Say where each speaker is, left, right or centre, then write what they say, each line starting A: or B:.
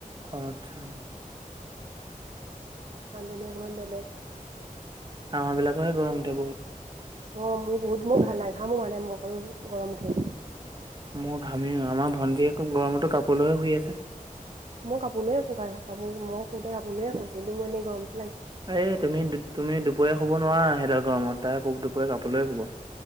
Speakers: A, on the right; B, on the right.
A: আত্ছা
B: মানুহ জনি অলপ বেলেগ।
A: আমাৰ বিলাকৰহে গৰম উঠে বহুত৷
B: অঁ মোৰ বহুত মোৰ ঘ না ঘামো মানে মোৰ অকল গৰম উঠে৷
A: মোৰ ঘামি আমাৰ ভন্টীয়ে খুব গৰমতো কাপোৰ লয়ে শুই আছে৷
B: মই কাপোলৈয়ে শো কাপোৰ মো মই শুওতে কাপলৈয় শুওঁ কিন্তুই এনেই গৰম
A: এই তুমি-তুমি দুপৰীয়া শুব নোৱাৰা সিহঁতৰ গৰমত তাই দুপৰীয়া কাপোৰে শুব।